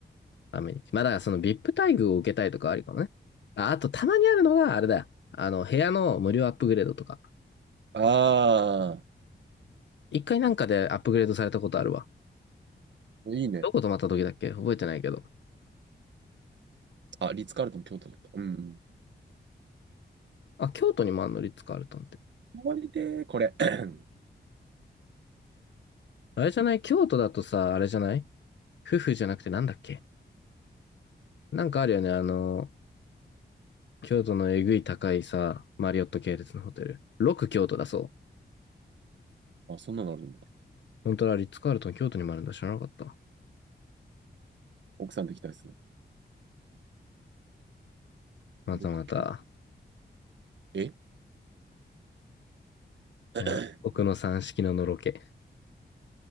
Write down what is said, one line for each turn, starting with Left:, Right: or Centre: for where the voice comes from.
Left: アメニティ。まあだからその VIP 待遇を受けたいとかありかもね。あ、あとたまにあるのがあれだよ。あの、部屋の無料アップグレードとか。
Right: あ
Left: 一回なんかでアップグレードされたことあるわ。
Right: ー、いいね。
Left: どこ泊まった時だっけ覚えてないけど。
Right: あ、リッツ・カールトン、京都だった。うん
Left: あ、京都にもあんのリッツカールトンって。
Right: 終わりで、これ。<clears throat>
Left: あれじゃない京都だとさ、あれじゃない夫婦じゃなくてなんだっけなんかあるよね。あの、京都のえぐい高いさ、マリオット系列のホテル。6京都だそう。
Right: あ、そんなのあるんだ。
Left: 本当はリッツカールトン京都にもあるんだ。知らなかった。
Right: 奥さんできたいですね。
Left: またまた。
Right: 六京都。え <clears throat>
Left: いや、奥の三式ののろけ。